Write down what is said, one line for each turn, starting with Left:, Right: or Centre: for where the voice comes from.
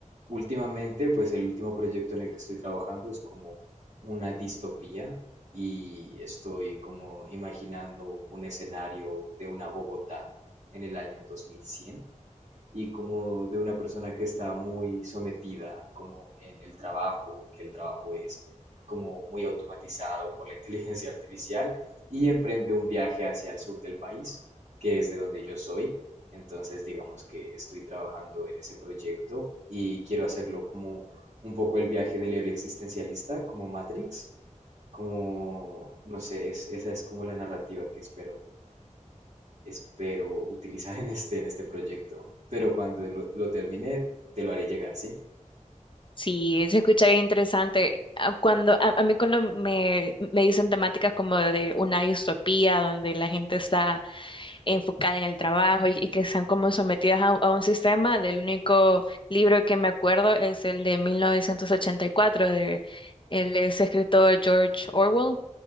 Right: últimamente, pues el último proyecto en el que estoy trabajando es como una distopía y estoy como imaginando un escenario de una Bogotá en el año 2100 y como de una persona que está muy sometida como en el trabajo, que el trabajo es como muy automatizado por la <laughs> inteligencia artificial y emprende un viaje hacia el sur del país, que es de donde yo soy. Entonces, digamos que estoy trabajando en ese proyecto y quiero hacerlo como un poco el viaje del héroe existencialista, como Matrix, como, no sé, es- esa es como la narrativa que espero espero utilizar en este, en este proyecto. Pero cuando lo, lo termine, te lo haré llegar, ¿sí?
Left: Sí, se escucha bien interesante. Ah, Cuando, a, a mí cuando me, me dicen temáticas como de una distopía, donde la gente está enfocada en el trabajo y, y que están como sometidas a, a un sistema. Del único libro que me acuerdo es el de 1984 de el de ese escritor George Orwell.